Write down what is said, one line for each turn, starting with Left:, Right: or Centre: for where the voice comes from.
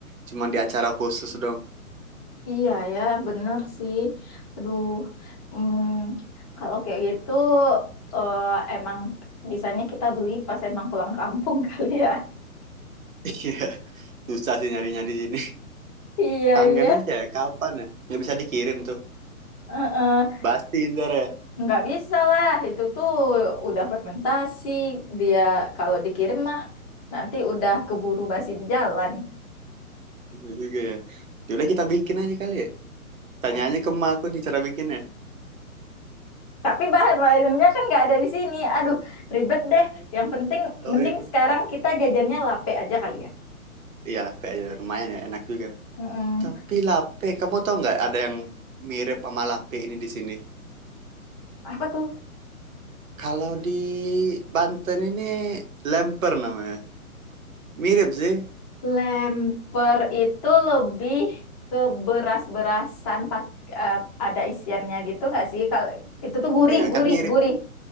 Right: Cuman di acara khusus dong. <laughs>
Left: Iya ya, bener sih. Aduh, hmm, kalau kayak gitu eh, emang bisanya kita beli pas emang pulang kampung <laughs> kali ya.
Right: Iya. Susah sih nyarinya di sini.
Left: Iya,
Right: Kangen
Left: iya.
Right: aja ya, kapan ya? Nggak bisa dikirim tuh.
Left: Heeh,
Right: Basti ntar ya.
Left: Nggak bisa lah, itu tuh udah fermentasi. Dia kalau dikirim mah nanti udah keburu basi di jalan.
Right: Iya juga ya. Yaudah kita bikin aja kali ya. Tanya
Left: Ayah.
Right: aja ke emak aku nih cara bikinnya.
Left: Tapi bahan bahannya kan nggak ada di sini. Aduh, ribet deh.
Right: <laughs>
Left: Yang penting,
Right: Tahu
Left: mending
Right: ribet.
Left: sekarang kita jajannya lape aja kali ya.
Right: Iya lape aja lumayan ya enak juga.
Left: Mm-mm.
Right: Tapi lape kamu tahu nggak ada yang mirip sama lape ini di sini?
Left: Apa tuh?
Right: Kalau di Banten ini lemper namanya. Mirip sih.
Left: Lemper itu lebih ke beras-berasan pak eh, ada isiannya gitu nggak sih? Kalau itu tuh gurih,
Right: Iya
Left: gurih,
Right: kan mirip.
Left: gurih.